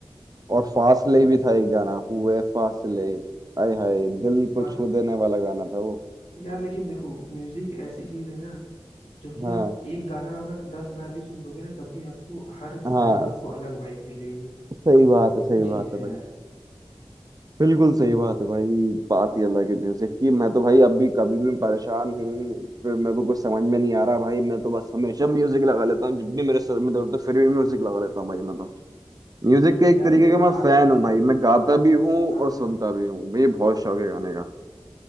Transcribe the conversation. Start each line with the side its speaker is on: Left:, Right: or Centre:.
Right: और फासले भी था एक गाना हुए फासले आय हाय दिल
Left: और
Right: को छू देने वाला गाना था वो
Left: यार लेकिन देखो म्यूजिक ऐसी चीज है ना जो कि
Right: हाँ
Left: आप एक गाना अगर दस बार भी सुन लोगे ना तब भी आपको हर
Right: हाँ
Left: टाइम आपको अलग वाइब मिलेगी
Right: सही बात है सही
Left: वो चीज
Right: बात
Left: है
Right: है भाई
Left: यार
Right: बिल्कुल
Left: हम्म,
Right: सही बात है भाई बात ही अलग है म्यूजिक की मैं तो भाई अभी कभी भी परेशान हूँ फिर मेरे को कुछ समझ में नहीं आ रहा भाई मैं तो बस हमेशा म्यूजिक लगा लेता हूँ जब भी मेरे सर में दर्द हो फिर भी म्यूजिक लगा लेता हूँ भाई मैं तो म्यूजिक का एक
Left: यार
Right: तरीके
Left: लेकिन
Right: का
Left: कार
Right: मैं फैन
Left: में
Right: हूँ भाई मैं गाता भी हूँ
Left: हाँ
Right: और सुनता भी हूँ मुझे बहुत शौक है गाने का